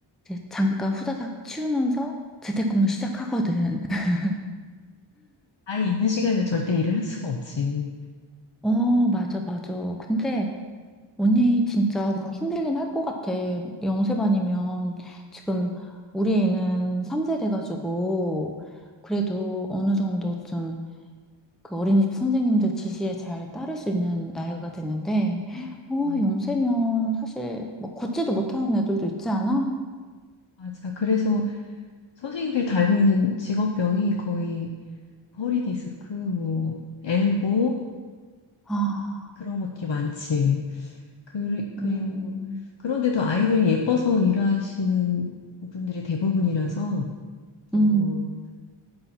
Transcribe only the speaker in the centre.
이제 잠깐 후다닥 치우면서 재택근무 시작하거든. <laughs>
어, 맞아, 맞아. 근데 언니 진짜 뭐 힘들긴 할 것 같아. 영세반이면 지금 우리 애는 3세 돼가지고 그래도 어느 정도 좀 그 어린이집 선생님들 지시에 잘 따를 수 있는 나이가 됐는데, 어,
영세면 사실 뭐 걷지도 못하는 애들도 있지 않아?
아,
음,
음,